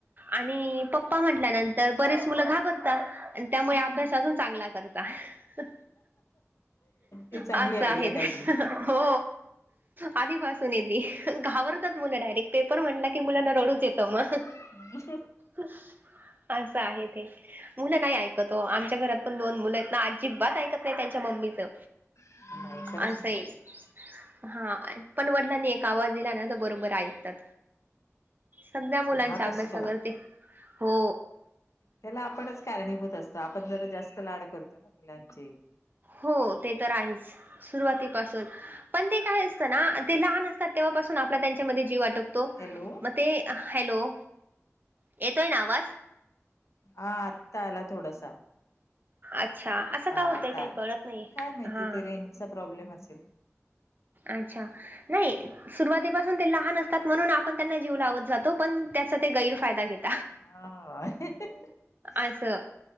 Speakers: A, on the right; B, on the left.
A: आणि प पप्पा म्हटल्यानंतर बरेच मुलं घाबरताात आणि त्यामुळे
B: हम्म
A: अभ्यास अजून चांगला करतात
B: ही चांगली
A: <inaudible> असं
B: आयडिया
A: आहे
B: काढली
A: हो आधीपासून येते घाबरतात मुलं डायरेक्ट पेपर म्हटलं की मुलांना रडूच येतो म
B: <inaudible> अस
A: खुस <inaudible> असं आहे ते मुलं नाही ऐकतो वो आमच्या घरात पण दोन मुलं आहेत ना अजिबात ऐकत नाही त्यांच्या मम्मीचं
B: नाही खरंच
A: आसं
B: नाही
A: आये.
B: ऐकत
A: हां, पण वडलानी एक आवाज दिला ना त बरोबर ऐकातात सध्या मुलांच्या
B: धाक
A: अभ्यासावरती
B: असतो
A: हो
B: त्याला आपणच कारणीभूत असतो आपण जरा जास्त लाड करतो ना मुलांचे
A: हो ते तर आहेच सुरुवातीपासून पण ते काय असतं ना ते लहान असतात तेव्हापासून आपला त्यांच्यामध्ये जीव वाटकतो
B: हॅलो
A: मग ते हॅलो येतोय ना आवाज?
B: हा आत्ता आला थोडासा
A: अच्छा असं
B: हा
A: का होतंय
B: आता
A: काही
B: आला
A: कळत नाहीय.
B: काय माहिती
A: हा
B: ते रेंजचा प्रॉब्लेम असेल-
A: अच्छा नाही सुरुवातीपासून ते लहान असतात म्हणून आपण त्यांना जीव लावत जातो पण त्याचा ते गैरफायदा घेता
B: हा <inaudible>
A: असं